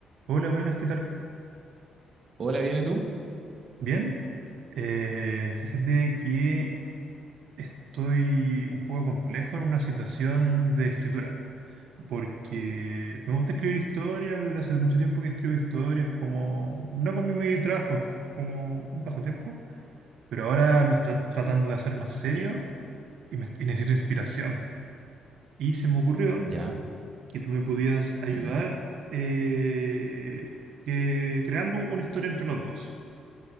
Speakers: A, on the right; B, on the right.
A: Hola, buenas, ¿qué tal?
B: Hola, ¿viene tú?
A: Bien. Eh, fíjate que estoy un poco complejo en una situación de escritura, porque me gusta escribir historias, desde hace mucho tiempo que escribo historias, como no con mi medio de trabajo, como un pasatiempo, pero ahora lo estoy tratando de hacer más serio y, me- y necesito inspiración. Y se me ocurrió
B: Ya.
A: que tú me podías ayudar
B: ujú,
A: eh, que- creando una historia entre los dos